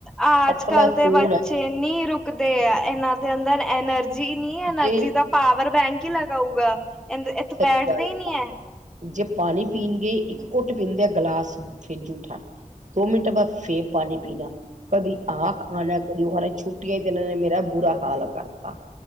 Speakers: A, in the centre; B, on the right (about 60°).
A: ਅੱਜ
B: ਅਫਲਾ
A: ਕੱਲ ਦੇ
B: ਤੂਨ
A: ਬੱਚੇ ਨਹੀਂ ਰੁਕਦੇ ਆ ਇਹਨਾਂ ਦੇ ਅੰਦਰ ਐਨਰਜੀ ਨਹੀਂ ਐਨਰਜੀ
B: ਜੇ
A: ਦਾ ਪਾਵਰ ਬੈਂਕ ਹੀ ਲਗਾਉਗਾ ਇੱਥੇ
B: ਸਹੀ
A: ਬੈਠਦਾ
B: ਗੱਲ
A: ਹੀ ਨਹੀਂ ਹੈ
B: ਜੇ ਪਾਣੀ ਪੀਣਗੇ ਇੱਕ ਘੁੱਟ ਪੀਂਦੇ ਆ ਗਲਾਸ ਫਿਰ ਜੂਠਾ ਦੋ ਮਿੰਟਾਂ ਬਾਅਦ ਫੇਰ ਪਾਣੀ ਪੀਣਾ ਕਦੀ ਆਹ ਖਾਣਾ ਕਦੀ ਉਹ ਨੇ ਛੁੱਟੀਆਂ ਚ ਤੇ ਇਹਨਾਂ ਨੇ ਮੇਰਾ ਬੁਰਾ ਹਾਲ ਕਰਤਾ।